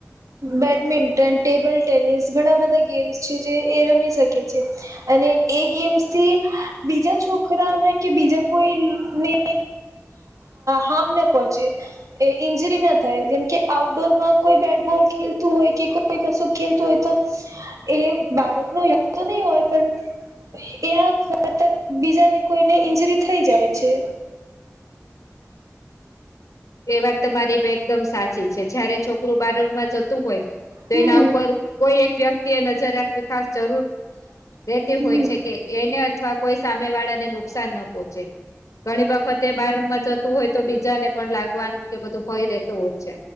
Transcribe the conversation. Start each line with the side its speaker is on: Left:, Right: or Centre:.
Right: બેડમિન્ટન ટેબલ ટેનિસ ઘણા બધા ગેમ્સ છે જે એ રમી શકે છે અને એ ગેમ્સથી બીજા છોકરાઓને કે બીજા કોઈને હાર્મ ના પહોંચે એ ઈન્જરી ના થાય જેમકે આઉટડોરમાં કોઈ બેટબોલ ખેલતું હોય કે કોઈ કશું ખેલતું હોય તો એ બાળક ન તો નહી હોય પણ એના કરત બીજાને કોઈને ઇન્જરી થઈ જાય છે
Left: તે વાત તમારી એકદમ સાચી છે જયારે છોકરું બાર રમવા જતું હોય તો
Right: હમ
Left: એના ઉપર કોઈ એક વ્યક્તિ એ નજર રાખવી ખાસ જરૂર રહેેતી હોય
Right: હમ
Left: છે કે એને અથવા કોઈ સામે વાળાને નુકસાન ન પહોંચે ઘણી વખતે બાર રમમાં જતું હોય તો બીજાને પણ વાગવાનું કે બધું ભય રેતું હોય છે